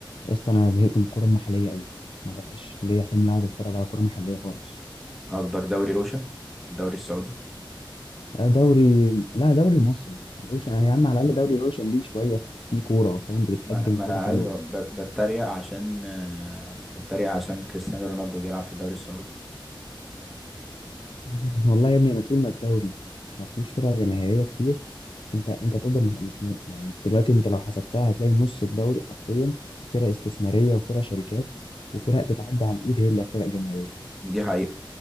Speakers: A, on the left; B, in the centre.
A: يا اسطى انا زهقت من الكوره المحليه قوي ما بقاش ليا حمل اقعد اتفرج على كوره محليه خالص
B: قصدك دوري روشن الدوري السعودي
A: لا دوري لا دوري مصري روشن يا عم على الاقل دوري روشن ليه شويه في كوره فاهم بتتقدم
B: ما انا ما
A: كوره
B: انا
A: حلوه
B: ايوه ب- بتريق عشان آه، بتريق عشان كريستيانو رونالدو بيلعب في الدوري السعودي
A: <laughs> والله يا ابني انا طول ما الدوري ما فيهوش فرق جماهيريه كتير انت انت تفضل مخنوق يعني انت دلوقتي انت لو حسبتها هتلاقي نص الدوري حرفيا فرق استثماريه وفرق شركات وفرق تتعدى على الايد هي اللي فرق جماهيريه
B: دي حقيقة